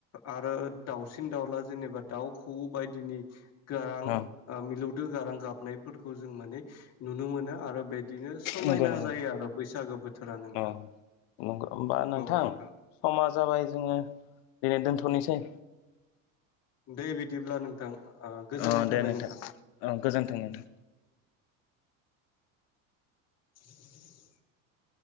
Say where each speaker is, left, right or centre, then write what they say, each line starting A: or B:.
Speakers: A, on the left; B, on the left.
A: आरो दाउसिन दाउला जेनेबा दाउ खौवौ बायदिनि गारां
B: अ
A: मिलौ दो गारां गाबनायफोरखौ जों माने। नुनो मोनो आरो बिदिनो समायना
B: नंगौ नंगौ
A: जायो आरो बैसागो बोथोरा नोंथां
B: अ नंगौ होमबा
A: औ नोंथां
B: समा जाबाय जोङो दिनै दोनथ'नोसै।
A: दे बिदिब्ला नोंथां ओ गोजोननाय
B: अ
A: थाबाय
B: दे नोंथां औ गोजोन्थों नोंथां।
A: <inaudible>